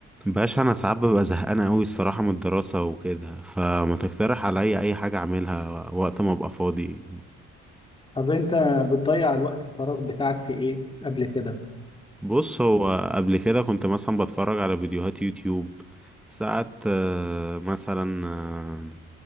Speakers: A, in the centre; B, on the left (about 15°).
A: باشا انا ساعات ببقى زهقان قوي الصراحه من الدراسه وكده فما تقترح عليا اي حاجه اعملها وقت ما ابقى فاضي
B: طب انت بتضيع الوقت الفراغ بتاعك في ايه قبل كده
A: بص هو قبل كده كنت مثلا بتفرج على فيديوهات يوتيوب ساعات آه، مثلا آه،